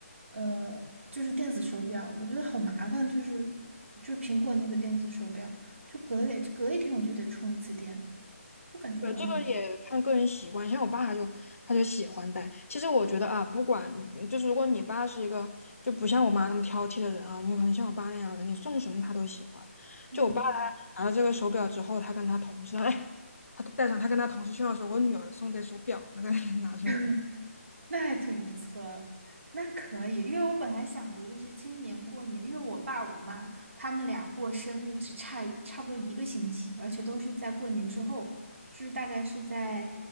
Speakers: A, on the right (about 60°); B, on the left (about 70°).
A: 呃，就是电子手表，我觉得好麻烦，就是就是苹果那个电子手表，就隔两隔一天我就得充一次电，就感觉哎，
B: 对，这个也看个人习惯，像我爸他就他就喜欢戴。其实我觉得啊，不管嗯就是如果你爸是一个就不像我妈那么挑剔的人啊，就可能像我爸那样的，你送什么他都喜欢。
A: 嗯。
B: 就我爸他拿了这个手表之后，他跟他同事，哎，他戴上，他跟他同事炫耀说：“我女儿送的手表。”他才给拿出来的，
A: <laughs> 那还挺不错，那可以，因为我本来想着就是今年过年，因为我爸我妈他们俩过生日只差差不多一个星期，而且都是在过年之后，就是大概是在